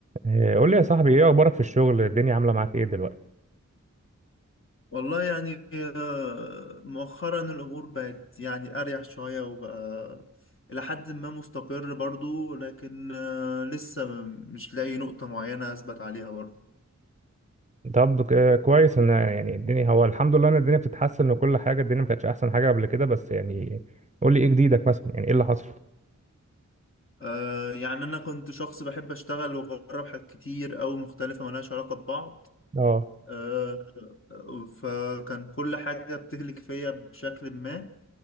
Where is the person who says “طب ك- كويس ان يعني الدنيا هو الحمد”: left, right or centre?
Right